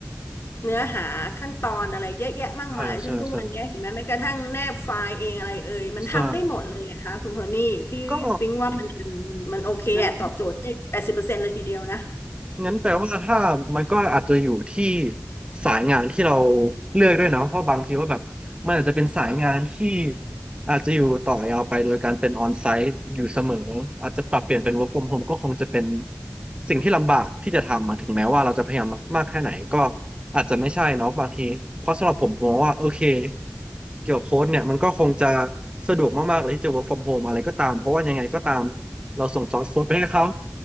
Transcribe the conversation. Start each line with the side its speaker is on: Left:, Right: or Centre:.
Left: เนื้อหาขั้นตอนอะไรเยอะแยะมากมาย
Right: อ่าใช่ใช่
Left: ซึ่งทุกวันเนี้ยเห็นไหมแม้กระทั่งแนบไฟล์เองอะไรเอ่ย มันทำได้หมดเลยนะคะคุณโทนี่พี่ปิ๊งว่ามันมันมันโอเคอะตอบโจทย์ได้แปดสิบเปอร์เซ็นต์เลยทีเดียวนะ
Right: ใช่ก็งั้นงั้นแปลว่าถ้ามันก็อาจจะอยู่ที่สายงานที่เราเลือกด้วยเนาะเพราะบางทีว่าแบบมันอาจจะเป็นสายงานที่ อาจจะอยู่ต่อยาวไปโดยการเป็นออนไซต์อยู่เสมออาจจะปรับเปลี่ยนเป็น work from home ก็คงจะเป็นสิ่งที่ลำบากที่จะทำอะถึงแม้ว่าเราจะพยายามมากๆแค่ไหนก็อาจจะไม่ใช่เนาะบางทีเพราะสำหรับผมมองว่าโอเคเกี่ยวกับโค้ดเนี่ยมันก็คงจะสะดวกมากๆเลยที่จะ work from home อะไรก็ตามเพราะว่ายังไงก็ตามเราส่งซอสโค้ดไปให้เขา